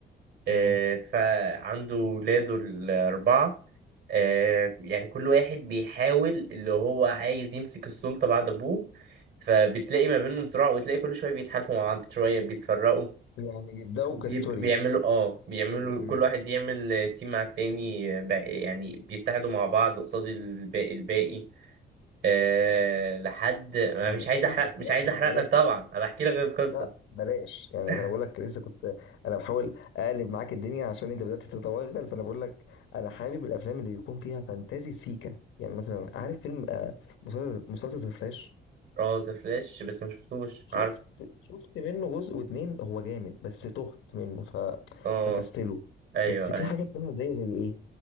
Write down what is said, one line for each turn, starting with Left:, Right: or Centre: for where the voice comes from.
Left: تمام
Right: آه، فعنده ولاده الأربعة آه، يعني كل واحد بيحاول اللي هو عايز يمسك السلطة بعد أبوه فبتلاقي ما بينهم صراع وتلاقي كل شوية بيتحالفوا مع بعض شوية بيتفرقوا
Left: يعني يبداوا
Right: وبيب-
Left: كستوري
Right: بيعملوا اه بيعملوا
Left: ستوري أمم.
Right: كل واحد يعمل تيم مع التاني آه، بع- يعني بيتحدوا مع بعض قصاد الباقي الباقي أه لحد أنا
Left: انا
Right: مش
Left: بحب
Right: عايز احرق
Left: الافلام
Right: مش عايز
Left: خلي
Right: احرق
Left: بالك
Right: لك طبعا انا بحكي لك القصه
Left: لا بلاش يعني
Right: <laughs>
Left: انا بقول لك لسه كنت انا بحاول اقلب معاك الدنيا عشان انت بدات تتوغل فانا بقول لك انا حابب الافلام اللي بيكون فيها فانتازي سيكا يعني مثلا عارف فيلم آه، مسلسل مسلسل فلاش
Right: اه ذا فلاش بس ما شفتوش
Left: شفت
Right: عارف
Left: شفت منه جزء واتنين هو جامد بس تهت منه ف...
Right: اه
Left: فكستله
Right: ايوه
Left: بس في
Right: ايوه
Left: حاجات تانية زي زي ايه